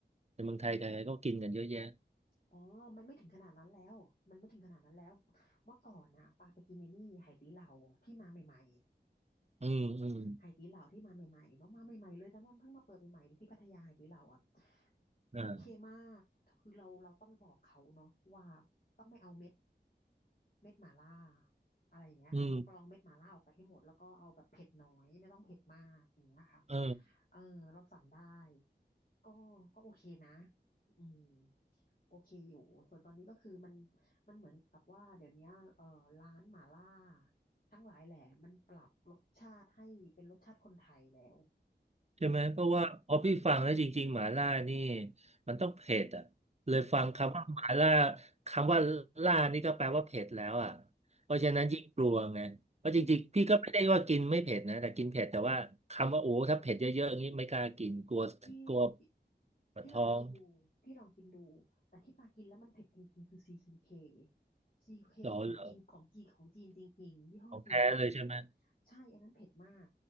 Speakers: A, on the right; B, on the left.
A: ในเมืองไทยใครๆก็กินกันเยอะแยะ
B: อ๋อมันไม่ถึงขนาดนั้นแล้วมันไม่ถึงขนาดนั้นแล้วเมื่อก่อนนะปาไปกินใน้นี่ไหตี้เหล่าที่มาใหม่ๆ
A: อืมอืม
B: ไหตีเหลาที่มาใหม่ๆเนาะมาใหม่ๆเลยตอนนั้นเพิ่งมาเปิดใหม่ๆที่พัทยาไหตีเหลาอ่ะ
A: อ่า
B: โอเคมากคือเราเราต้องบอกเขาเนาะว่าต้องไม่เอาเม็ดเม็ดหม่าล่าอะไรอย่างเงี้ยค่ะให้กรองเม็ดหม่าล่าออกไปให้หมดแล้วก็เอาแบบเผ็ดน้อยไม่ต้องเผ็ดมากอย่างเงี้ยค่ะ
A: อืมเออ
B: เออเราสั่งได้ก็ก็โอเคนะอืมโอเคอยู่ส่วนตอนนี้ก็คือมันมันเหมือนกับว่าเดี๋ยวเนี้ยเอ่อร้านหม่าล่าทั้งหลายแหละมันปรับรสชาติให้เป็นรสชาติคนไทยแล้ว
A: ใช่ไหมเพราะว่าพอพี่ฟังแล้วจริงๆหมาล่านี่
B: อืม
A: มันต้องเผ็ดอ่ะเลยฟังคำว่าหมาล่า
B: เผ็ดเผ็ดเผ็ด
A: คำว่าล่านี่ก็แปลว่าเผ็ดแล้วอ่ะเพราะฉะนั้นยิ่งกลัวไงเพราะจริงๆพี่ก็ไม่ได้ว่ากินไม่เผ็ดนะแต่กินเผ็ดแต่ว่าคำว่าโอ้ถ้าเผ็ดเยอะๆอย่างนี้ไม่กล้ากินกลัวกลัว
B: พี่พี่พี่
A: ปวดท้อง
B: พี่ลองไปกินดูพี่ลองกินดูแต่ที่ปากินแล้วมันเผ็ดจริงๆคือซีคิ c เคซีคิวเคนี่ของจีนของจีนของจีนจริงๆยี่ห้อจีนจริงๆใช่อันนั้นเผ็ดมาก
A: หรอเหรอของแท้เลยใช่ไหม